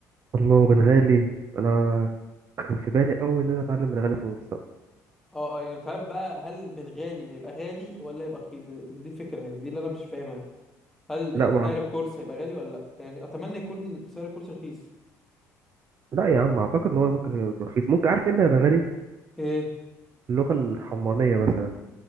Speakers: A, on the right; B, in the centre.
A: الله بنغالي انا كان في بالي قوي ان انا اتعلم بنغالي في المستقبل
B: اه اه يعني مش عارف بقى هل البنغالي هيبقى غالي ولا هيبقى رخيص دي الفكره يعني دي اللي انا مش فاهمها هل ال-
A: لا
B: ال-
A: ما
B: سعر
A: أعت-
B: الكورس هيبقى غالي ولا لا يعني اتمنى يكون سعر الكورس رخيص
A: لا يا عم اعتقد ان هو ممكن يبقى رخيص ممكن عارف ايه اللي يا بنغالي
B: ايه
A: اللغه الحمرانيه مثلا